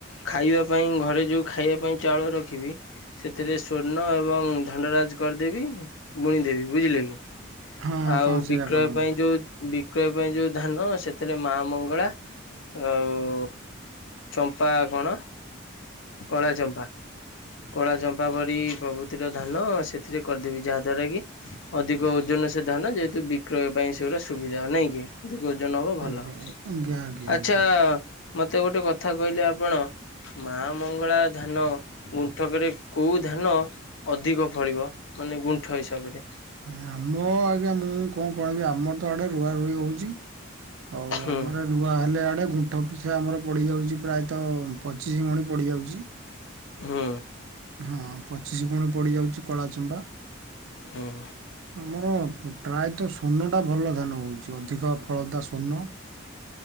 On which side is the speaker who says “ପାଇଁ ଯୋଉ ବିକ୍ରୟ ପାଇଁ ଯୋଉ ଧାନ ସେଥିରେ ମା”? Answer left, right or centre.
Left